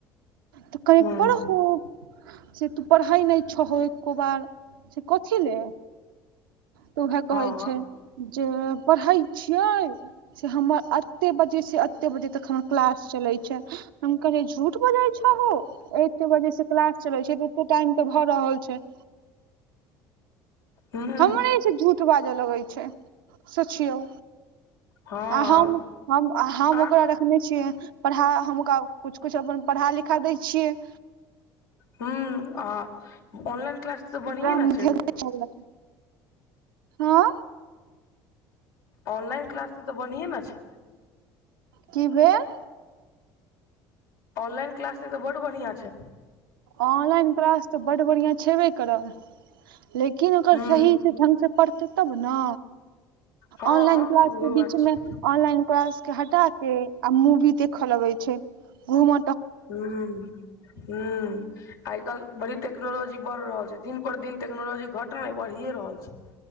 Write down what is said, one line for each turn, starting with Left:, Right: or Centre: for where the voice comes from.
Right: तऽ कनिक
Left: हूं
Right: पढ़हो से तू पढ़ाइ नहि छहो एको बार से कथि ले तऽ उहै
Left: हँ
Right: कहै छै जे पढ़ै छियै से हमर एतेक बजेसँ एतेक बजे तक हमर क्लास चलैत छै हम कहलिये झूठ बजा छहो एते बजे से क्लास चले छै तऽ एते टाइम तऽ भऽ रहल छै
Left: हूं
Right: हमरे से झूठ बाजऽ लगैत छै सोचियौ
Left: हँ
Right: आ हम हम
Left: आ
Right: ओकरा रखने छियै पढ़ा हम ओकरा कुछ कुछ अपन पढ़ा लिखा दै छियै
Left: हूं आ ऑनलाइन क्लास तऽ बढ़िये
Right: राम
Left: ने छै
Right: धनु चले हँ
Left: ऑनलाइन क्लास से तऽ बढ़ियए ने छै
Right: की भेल
Left: ऑनलाइन क्लास से तऽ बड बढ़िआ छै
Right: ऑनलाइन क्लास तऽ बड्ड बढ़िआँ छेबे करत लेकिन ओकर
Left: हूं
Right: सही सही ठंगसे पढ़ते तब ने
Left: हँ
Right: ऑनलाइन क्लास
Left: उहो
Right: के
Left: बात
Right: बीच मे
Left: छै
Right: ऑनलाइन ऑनलाइन क्लास हटा के आ मूवी देखऽ लगे छै घूम
Left: हू हू आइ काल्हि बड़ी टेक्नोलॉजी बढ़ि रहल छै दिन पर दिन टेक्नोलॉजी घटना बढ़िए रहल छै